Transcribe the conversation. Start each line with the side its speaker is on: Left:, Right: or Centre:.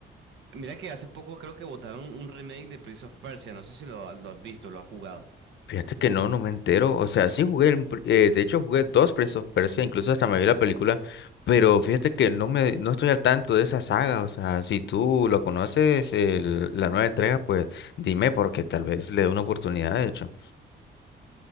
Right: mira que hace poco creo que botaron un remake de Prince of Persia. No sé si lo, lo has visto, lo has jugado.
Left: Fíjate que no, no me entero. O sea, sí jugué, el pr- eh, de hecho jugué dos Prince of Persia, incluso hasta me vi la película, pero fíjate que no me, no estoy al tanto de esa saga. O sea, si tú lo conoces, el- la nueva entrega, pues dime porque tal vez le dé una oportunidad, de hecho.